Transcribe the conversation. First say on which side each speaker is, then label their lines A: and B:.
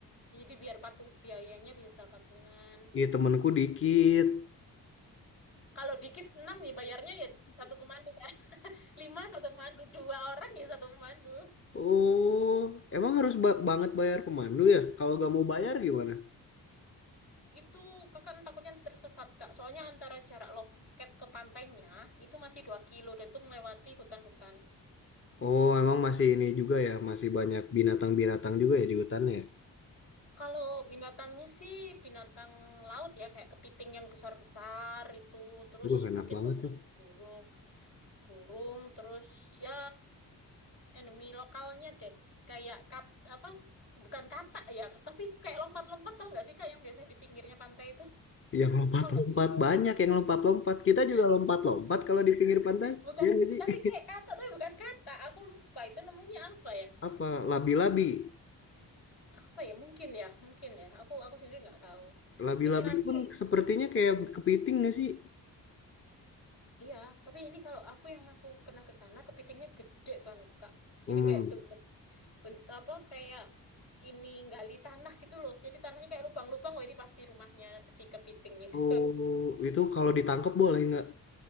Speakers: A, on the left; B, on the left.
A: Jadi biar patung biayanya bisa patungan.
B: Iya temanku dikit.
A: Kalau dikit enam nih bayarnya ya satu pemandu kan. <laughs> Lima satu pemandu, dua orang ya satu pemandu.
B: Oh, emang harus ba- banget bayar pemandu ya? Kalau gak mau bayar gimana?
A: Itu kakak takutnya nanti tersesat kak. Soalnya antara jarak loket ke pantainya itu masih 2 kilo dan itu melewati hutan-hutan.
B: Oh, emang masih ini juga ya, masih banyak binatang-binatang juga ya di hutannya ya.
A: Kalau binatangnya sih binatang laut ya kayak kepiting yang besar-besar itu. Terus
B: Waduh, enak
A: mungkin
B: banget
A: beberapa
B: tuh.
A: burung, burung. Terus ya endemi lokalnya deh. Kayak kat apa? Bukan katak ya, tapi kayak lompat-lompat tau nggak sih kak yang biasa di pinggirnya pantai itu?
B: Yang lompat-lompat
A: Tau nggak? sih?
B: banyak yang lompat-lompat. Kita juga
A: Iya.
B: lompat-lompat kalau di pinggir pantai.
A: Bukan,
B: Iya nggak sih?
A: tapi
B: <laughs>
A: kayak kata, tapi bukan kata. Aku lupa itu namanya apa ya?
B: Apa labi-labi?
A: Apa ya? Mungkin ya, mungkin ya. Aku aku sendiri nggak tahu.
B: Labi-labi
A: Itu nanti,
B: pun sepertinya kayak kepiting nggak sih?
A: iya. Tapi ini kalau aku yang aku pernah ke sana, kepitingnya gede banget, Kak.
B: Hmm.
A: Jadi kayak bent, bent, bent- apa kayak ini gali tanah gitu loh. Jadi tanahnya kayak lubang-lubang. Oh ini pasti rumahnya si kepiting gitu.
B: Oh, itu kalau ditangkap boleh nggak?